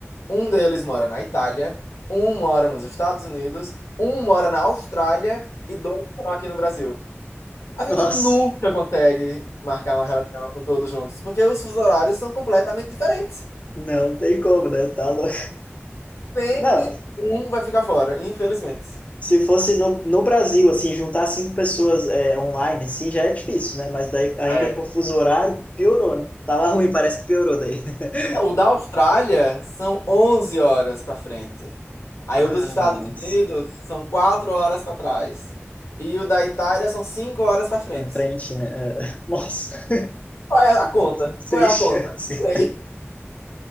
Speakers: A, on the left (about 80°); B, on the left (about 30°).
A: Um deles mora na Itália, um mora nos Estados Unidos, um mora na Austrália e dois moram aqui no Brasil. A gente
B: Nossa.
A: nunca consegue marcar uma reunião com todos juntos, porque os fusos horários são completamente diferentes.
B: Não, tem como, né? Tá louco.
A: Sempre
B: Não,
A: um vai ficar fora, infelizmente.
B: Se fosse no, no Brasil, assim, juntar cinco pessoas é, online, assim, já é difícil, né? Mas daí, ainda
A: É.
B: com o fuso horário, piorou, né? Tava ruim, parece que piorou daí. <laughs>
A: O da Austrália são 11 horas para frente. Aí
B: Ah,
A: o dos Estados
B: nossa.
A: Unidos são 4 horas para trás. E o da Itália são 5 horas para frente.
B: Na frente, né? É, <laughs> Nossa,
A: Qual é a conta?
B: sem
A: Qual é
B: chance.
A: a conta? Não sei.